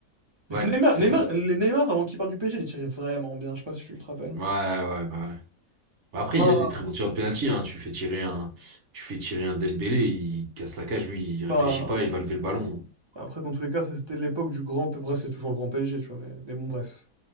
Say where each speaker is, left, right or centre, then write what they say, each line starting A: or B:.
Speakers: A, on the right; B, on the right.
A: Mais
B: Ouais,
A: c'est Neymar,
B: c'est
A: Neymar,
B: ça.
A: les Neymar, avant qu'il parte du PSG, les tirait vraiment bien. Je sais pas si tu te rappelles.
B: Ouais, ouais, bah ouais. Bah Après,
A: Enfin,
B: il y a des très bons tireurs de penalty, hein. Tu fais tirer un, tu fais tirer un Dembélé, il casse la cage, lui, il réfléchit
A: enfin,
B: pas, il va lever le ballon.
A: après, dans tous les cas, ça, c'était l'époque du grand. Après, c'est toujours le grand PSG, tu vois. Mais, mais bon, bref.